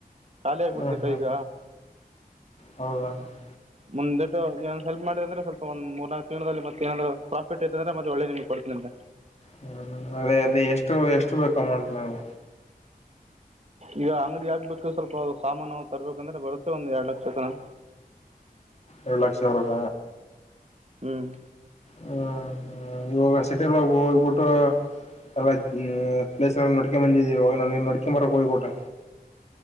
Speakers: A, on the right; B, on the left.
A: ಕಖಾಲ ಆಗ್ಬಿಟ್ಟಿದೆ
B: ಹ್ಮ್ ಹ್ಮ್
A: ಕೈಗ
B: ಹೌದಾ ಹ್ಮ್
A: ಮುಂದೆಟ್ಟು ಏ ಹೆಲ್ಪ್ ಮಾಡಿದ ಅಂದ್ರೆ ಸ್ಲ್ ಒಂದ್ ಮೂರ್ನಾಲ್ಕು ತಿಂಗಳಲ್ಲಿ ಮತ್ತ ನಾದ್ರರು ಪ್ರಾಫಿಟ್ ಐ ಅಂದ್ರೆತ್ತೆ ಒಳ್ಳೆ ನಿಮ್ಗೆಡ್ತೀನಂತೆ
B: ಹ್ಮ್ ಅದೇ ಅದೇ ಎಷ್ಟು ಎಷ್ಟು ಬೇಕ ಮಾಡ ನವು
A: ಈಗ ಅಂಗಡಿ ಆಾಗ್ಬೇಕು ಸ್ವಲ್ಪ ಸಾಮಾನು ತರ್ಬೇಕಂದ್ರೆ ಬರುತ್ತೆ ಒಂದ್ ಎರಡ್ ಲಕ್ಷತನ
B: ಏಡು ಲಕ್ಷ ಅವ್ರಗ
A: ಹ್ಮ್
B: ಹ್ಮ್ ಇವಾಗ ಸಿಟಿಯಲ್ಲಿೋಗ ಹೋಗ್ಬಿಟ್ಟು ಎಲ್ಲಾ ಪ್ಲೇಸ್ ನಡ್ಕ ಬಂದಿದ್ದ ಇವಾಗ ನ ನಡ್ಕೊಂಡಂಬರಕ್ ಹೋಗ್ಬಿಟ್ಟು